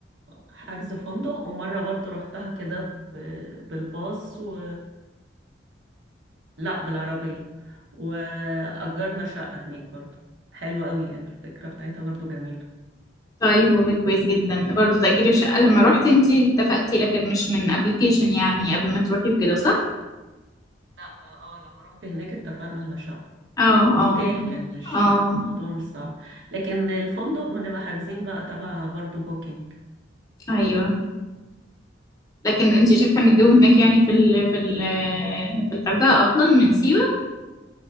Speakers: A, on the right; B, on the left.
A: حجز فندق ومرة برضو رحتها كده ب- بالباص و... لا بالعربية وأجرنا شقة هناك برضو حلوة قوي يعني الفكرة بتاعتها برضو جميلة
B: طيب والله كويس جدا برضو تأجير الشقة لما روحتي انتي اتفقتي لكن مش من ابلكيشن يعني قبل ما تروحي وكده صح؟
A: لا اه لما رحت هناك اتفقنا على شقة
B: اه
A: متاح
B: اه
A: يعني مش
B: اه
A: الموضوع مش صعب لكن الفندق بنبقى حاجزين بقى تبع برضو بوكينج
B: ايوه لكن انت شايفه ان الجو هناك يعني في ال في ال في الغردقه افضل من سيوه